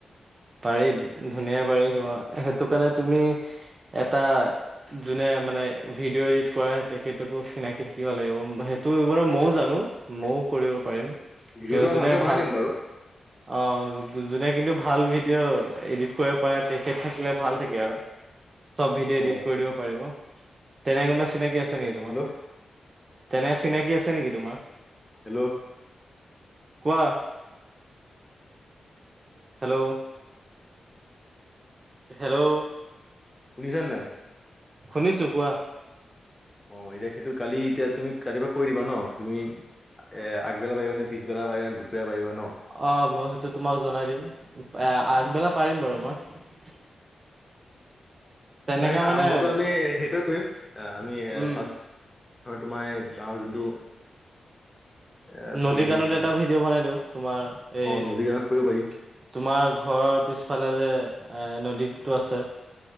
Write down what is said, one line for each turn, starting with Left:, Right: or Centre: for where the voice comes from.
Right: পাৰি ধুনীয়া পাৰি। সেইটো কাৰণে তুমি এটা যোনে মানে ভিডিঅ' এডিট কৰা তেখেত। চিনাকি থাকিব লাগিব সেইটোব ময়ও জানো ময়ও কৰিব পাৰিম।
Left: ভিডিঅ'টো
Right: তেওঁ যোনে
Left: ভালকে বনাই
Right: ভাল
Left: দিম বাৰু।
Right: অ' যোনে কিন্তু ভাল ভিডিঅ' এডিট কৰিব পাৰে তেখেত থাকিলে ভাল থাকে আৰু চব ভিডিঅ' এডিট
Left: অ
Right: কৰি দিব পাৰিব তেনে কোনোবা চিনাকি আছে নেকি তোমাৰ।
Left: হেল্ল'
Right: তেনে চিনাকি আছে নেকি তোমাৰ
Left: হেল্ল'
Right: কোৱা হেল্ল' হেল্ল'
Left: বুজিছা নাই।
Right: শুনিছোঁ কোৱা।
Left: অ' এতিয়া সেইটো কালি এতিয়া তুমি ৰাতিপা কৰি দিবা ন তুমি এ আগবেলা পাৰিব নেিবেলা পাৰিব নে দুপেলাৰ পাৰিবাে
Right: অ' মই সেইটো তোমাক জনাই দিম আগবেলা পাৰিম বাৰু মই। তেনেকা
Left: এনে আৰম্ভ
Right: মানে
Left: আমি সেইটোয়ে কৰিম আমি
Right: উম।
Left: ফাৰ্ষ হয় তোমাৰ এই গাঁৱৰ যোনটো এ
Right: নদী
Left: পৰিৱেশটো
Right: কানত এটা ভিডিঅ' বনাই দিওঁ তোমাৰ এই
Left: অ নদী কাণত কৰিব পাৰি
Right: তোমাৰ ঘৰৰ পিছফালে যে এ নদীটো আছে।